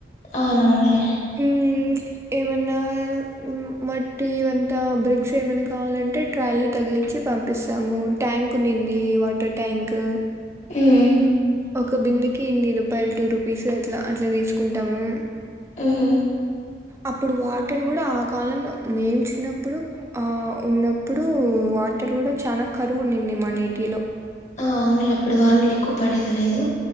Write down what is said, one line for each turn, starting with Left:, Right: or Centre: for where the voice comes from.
Left: అవునవున్లే
Right: హ్మ్ ఏమన్నా మ్ మట్టి వంతా బ్రిక్స్ ఏమైన కావాలంటే ట్రాలీ తగిలిచ్చి పంపిస్తాము ట్యాంక్ ఉన్నింది వాటర్ ట్యాంక్
Left: హ్మ్
Right: ఒక బిందెకి ఇన్ని రూపాయల్ టూ రూపీస్ అట్ల అట్ల దీసుకుంటాము.
Left: హ్మ్ హు
Right: అప్పుడు వాటర్ గూడ ఆ కాలంలో మేము చిన్నప్పుడు ఆ ఉన్నప్పుడు వాటర్ గూడ చానా కరువు ఉన్నింది మా నేటిలొ
Left: ఆ అవున్లే అప్పుడు వానలు ఎక్కువ పడేది లేదు